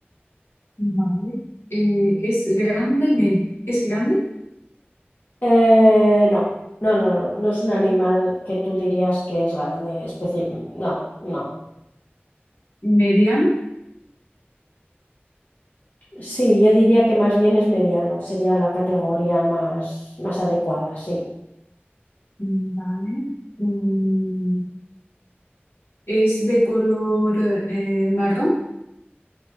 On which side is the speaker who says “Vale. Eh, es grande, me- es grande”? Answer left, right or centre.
Left